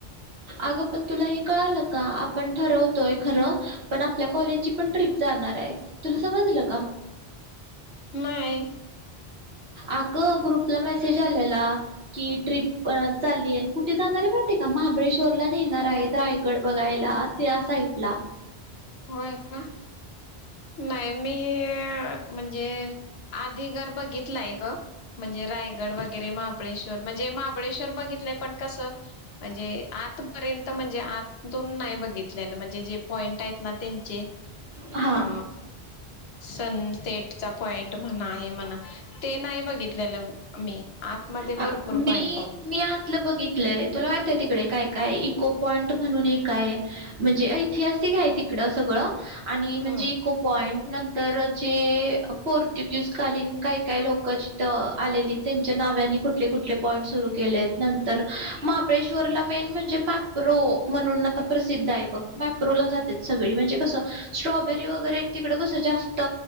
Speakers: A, on the right (about 75°); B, on the left (about 75°).
A: अगं पण तुला हे कळालं का आपण ठरवतोय खरं पण आपल्या कॉलेजची पण ट्रीप जाणार आहे तुला समजलं का
B: नाय
A: अगं ग्रुपला मेसेज आलेला कि ट्रिप चाली आहे कुठे जाणार आहे माहिती आहे का महाबळेश्वरला नेणार आहेत रायगड बघायला त्या साईडला
B: होय का नाही मी म्हणजे आधीगर बघितलाय गं म्हणजे रायगड वगैरे महाबळेश्वर म्हणजे महाबळेश्वर बघितलंय पण कसं म्हणजे आतं पर्यंत म्हणजे आतून नाही बघितलेलं म्हणजे जे पॉईंट ना त्यांचे
A: हा
B: अ सनसेटचा पॉइंट म्हणां हे म्हणां ते नाही बघितलेलं मी आतमध्ये
A: अ
B: भरपूर
A: मी
B: पॉइंट आहेत
A: मी आतलं बघितलंय तुला माहिती आहे तिकडे काय काय इको पॉइंट म्हणून एक आहे म्हणजे ऐतिहासिक आहे तिकडं सगळं आणि म्हणजे
B: हम्म
A: इको पॉइंट नंतर जे पोर्तुगीज कालीन काही काय लोक जिथं आलेली त्यांच्या नावनी कुठले कुठले पॉईंट सुरू केले आहेत नंतर महाबळेश्वरला मेन म्हणजे मॅप्रो म्हणून आता प्रसिद्ध आहे बघ मॅप्रोला जातात सगळी म्हणजे कसं स्ट्रॉबेरी वगैरे तिकडं कसं जास्त